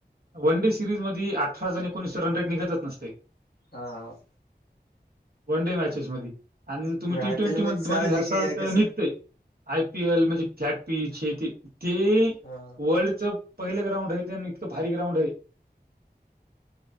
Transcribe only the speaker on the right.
वन डे सिरीज मध्ये, अठरा जण एकोणीसच रन रेट निघतचं नसते.
वन डे मॅचेस मध्ये. आणि तुम्ही
T
twenty
मध्ये
धरशाल
तर
निघतय. आय पी एल म्हणजे फ्लॅट पीच हे ते. ते
-वर्ल्डचं- पहिलं ग्राउंड आहे ते. आणि इतकं भारी ग्राउंड आहे.